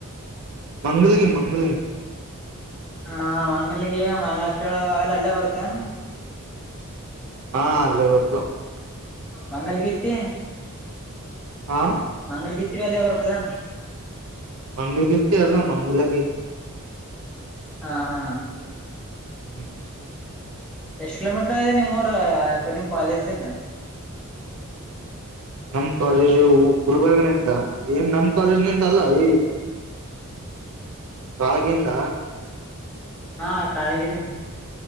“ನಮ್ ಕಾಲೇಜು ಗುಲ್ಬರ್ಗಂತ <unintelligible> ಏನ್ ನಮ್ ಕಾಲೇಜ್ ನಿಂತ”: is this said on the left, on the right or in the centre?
Right